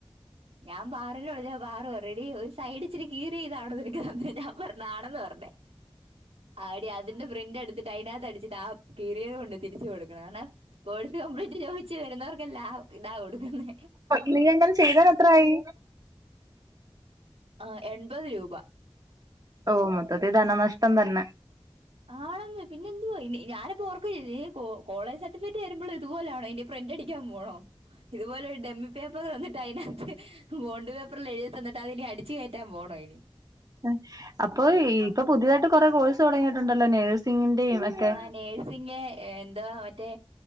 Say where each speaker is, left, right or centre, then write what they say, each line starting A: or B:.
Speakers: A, on the right; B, on the right.
A: ഞാൻ പാറൂനെ വിളിച്ചപ്പം പാറു പറിയാ എടീ ഒരു സൈഡ് ഇച്ചിരി കീറിയതാണോ നിനക്ക് തന്നേ ഞാൻ പറഞ്ഞു ആണെന്ന് പറ ഞ്ഞെ ആഹ് ടീ അതിന്റെ പ്രിന്റെടുത്തിട്ട് അയിനാത്ത് അടിച്ചിട്ട് ആ കീറിയത് കൊണ്ട് തിരിച്ചു കൊടുക്കണം കാരണം കോഴ്സ് കംപ്ലീറ്റ് ചോയിച്ച് വെരുന്നോർക്കെല്ലാം ക്ക്നാ കൊടുക്കുന്നെ
B: <unintelligible> നീ അങ്ങനെ ചെയ്തത് എത്രായായി
A: ആഹ് എൺപത് രൂപ
B: ഓഹ് മൊത്തത്തി ധനനഷ്ടം തന്നെ
A: ആണെന്ന് പിന്നെ എന്തുവാ ഇനി ഞാനപ്പോ ഓർക്കേം ചെയ്ത് ഏഹ് കോ കോളേജ് സർട്ടിഫിക്കറ്റ് തരുമ്പളും ഇതുപോലാണോ ഇനി പ്രിന്റടിക്കാൻ പോണോ ഇതുപോലെ ഡെമ്മി പേപ്പർ തന്ന്ട്ട് അയിനാത്ത് ബോണ്ട് പേപ്പറ്ല് എഴുതി തന്ന്ട്ട് അത് ഇനി അടിച്ച് കേറ്റാൻ പോണോയിനി
B: ഏഹ് അപ്പൊ ഈ ഇപ്പൊ പുതിയതായിട്ട് കൊറേ കോഴ്സ് തൊടങ്ങീട്ട്ണ്ടല്ലോ നേഴ്സിങ്ങിന്റെയും ഒക്കെ
A: ആഹ് നേഴ്സിങ് ഏഹ് എന്തോ മറ്റേ